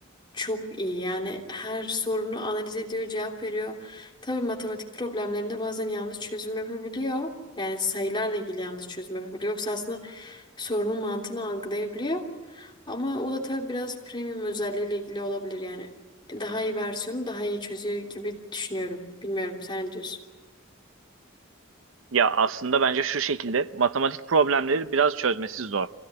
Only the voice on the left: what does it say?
çok iyi yani her sorunu analiz ediyor, cevap veriyor. Tabii matematik problemlerinde bazen yanlış çözüm yapabiliyor. Yani sayılarla ilgili yanlış çözüm yapabiliyor. Yoksa aslında sorunun mantığını algılayabiliyor. Ama o da tabii biraz premium özelliğiyle ilgili olabilir yani. Daha iyi versiyonu daha iyi çözüyor gibi düşünüyorum. Bilmiyorum sen ne diyorsun?